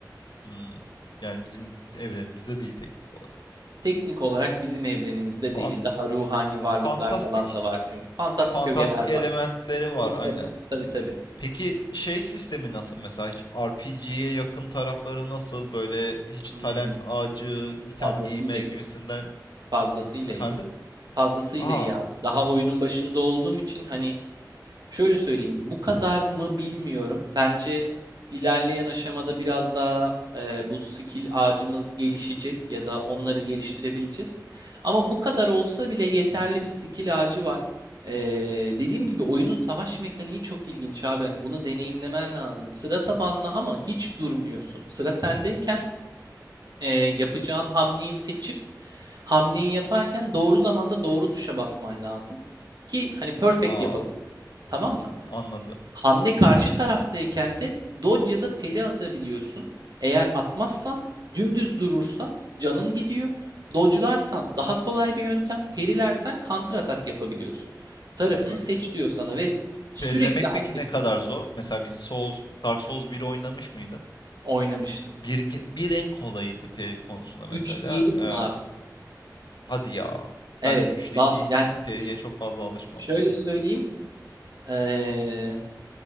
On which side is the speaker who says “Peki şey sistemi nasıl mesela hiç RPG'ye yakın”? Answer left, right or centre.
Left